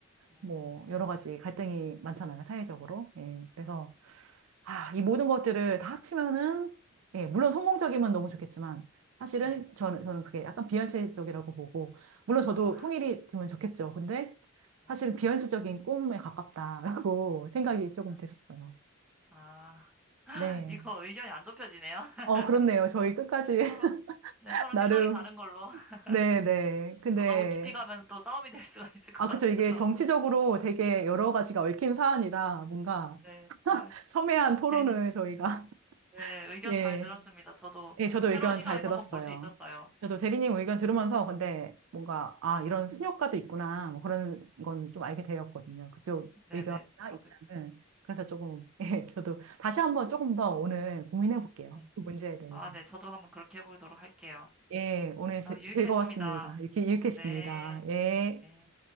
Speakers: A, in the centre; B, on the right (about 85°).
A: 음,
B: 뭐, 여러 가지 갈등이 많잖아요, 사회적으로. 예, 그래서,
A: 음,
B: 아, 이 모든 것들을 다 합치면은, 예, 물론 성공적이면 너무 좋겠지만, 사실은
A: 네.
B: 저는, 저는 그게 약간 비현실적이라고 보고, 물론 저도
A: 아,
B: 통일이 되면 좋겠죠. 근데
A: 네.
B: 사실은 비현실적인 꿈에 가깝다라고 <laughs> 생각이
A: 아,
B: 조금 됐었어요.
A: 아, <laughs>
B: 네.
A: 이거 의견이 안 좁혀지네요. <laughs>
B: 어, 그렇네요. 저희 끝까지
A: 네,
B: <laughs>
A: 서로, 네, 서로
B: 나름
A: 생각이 다른 걸로. <laughs>
B: 네네. 근데,
A: 또 너무 깊이 가면 또 싸움이 될 수가 <laughs> 있을 것
B: 아,
A: 같아서.
B: 그쵸. 이게 정치적으로 되게 여러 가지가 얽힌 사안이라 뭔가
A: 네. 아,
B: 첨예한 토론을
A: 대리님,
B: 저희가, <laughs>
A: 네, 의견
B: 예.
A: 잘 들었습니다. 저도
B: 예, 저도
A: 새로운
B: 의견
A: 시각에서
B: 잘 들었어요.
A: 한번 볼 수 있었어요.
B: 저도 대리님 의견 들으면서 근데 뭔가, 아, 이런 순효과도 있구나. 뭐 그런 건 좀 알게 되었거든요. 그쪽
A: 네네,
B: 의견이나
A: 저도,
B: 입장을. 그래서 조금, <laughs> 예, 저도 다시 한번 조금 더 오늘 고민해 볼게요.
A: 네.
B: 그 문제에 대해서.
A: 아, 네, 저도 한번 그렇게 해보도록 할게요.
B: 예, 오늘 즐-
A: 어, 유익했습니다.
B: 즐거웠습니다. 이렇게, 이렇게
A: 네.
B: 했습니다. 예.
A: 네.